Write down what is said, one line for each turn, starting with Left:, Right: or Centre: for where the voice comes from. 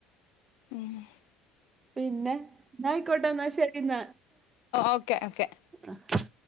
Left: <unintelligible>
Right: പിന്നെ ന്നായ്ക്കോട്ടെ ന്നാ ശെരിന്ന.
Left: Okay, okay
Right: <unintelligible>